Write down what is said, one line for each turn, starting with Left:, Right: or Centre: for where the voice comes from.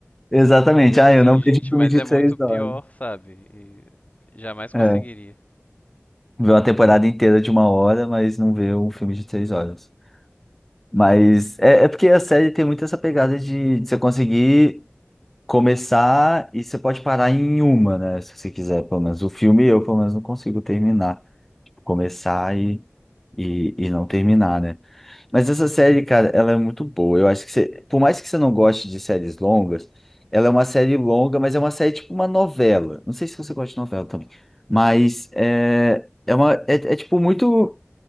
Centre: Exatamente.
Left: E eu fico
Centre: Ah,
Left: assim:
Centre: eu não
Left: Gente,
Centre: vejo filme
Left: mas
Centre: de
Left: é
Centre: três
Left: muito pior,
Centre: horas.
Left: sabe? E jamais conseguiria.
Centre: É. Vê uma temporada inteira de uma hora, mas não vê um filme de três horas. Mas é, é porque a série tem muito essa pegada de, de você conseguir começar e você pode parar em uma, né? Se você quiser, pelo menos. O filme eu, pelo menos, não consigo terminar. Tipo, começar e, e, e não terminar, né? Mas essa série, cara, ela é muito boa. Eu acho que você, por mais que você não goste de séries longas, ela é uma série longa, mas é uma série tipo uma novela. Não sei se você gosta de novela também, mas é, é uma, é é, tipo muito